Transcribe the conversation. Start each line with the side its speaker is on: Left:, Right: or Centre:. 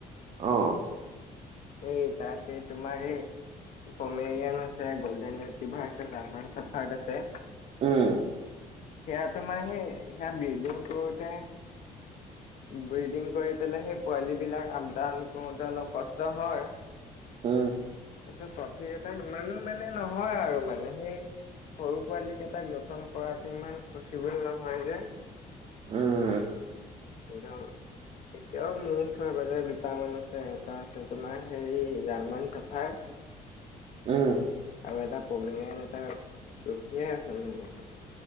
Right: অঁ।
Left: এই তাতে তোমাৰ এই ফমেৰিয়ান আছে গ'ল্ডেন ইটিভাৰ আছে গান্মান চাফাৰ্ড আছে
Right: উম।
Left: সেয়া তোমাৰ সেই সেয়া ব্ৰিডিং কৰোতে ব্ৰিডিং কৰি পেলাই, সেই পোৱালি বিলাক আপদান কৰোতে অলপ কষ্ট হয় <inaudible>
Right: উম।
Left: তাৰপিছত প্ৰফিট এটা ইমানো মানে নহয় আৰু মানে সেই সৰু পোৱালী কেইটাক যতন কৰাটো ইমান পচিবুল নহয় যে
Right: উম,।
Left: <unintelligible> এতিয়াও মোৰ ওচৰে-পাজৰে দুটামান আছে, এটা আছে তোমাৰ হেৰি, জাৰ্মান চাৰ্ফাড <inaudible>
Right: উম,।
Left: আৰু এটা পমি <unintelligible> এটা ৰখিয়েই আছে মোৰ ওচৰত।